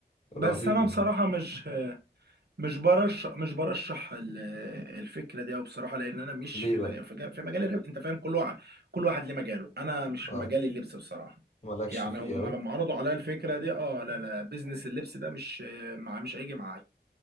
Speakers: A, on the right; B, on the left.
A: بس
B: رهيبة
A: انا بصراحه مش مش برشح مش برشح ال- الفكره دي قوي بصراحه لان انا مش
B: ليه
A: في
B: بقى
A: مجال في مجال في مجال الربح انت فاهم كل واحد كل واحد ليه مجاله انا مش في
B: اه
A: مجال اللبس بصراحه
B: مالكش
A: يعني
B: فيه
A: هم
B: قوي
A: لما عرضوا عليا الفكره دي اه لا لا بيزنس اللبس ده مش مع مش هيجي معايا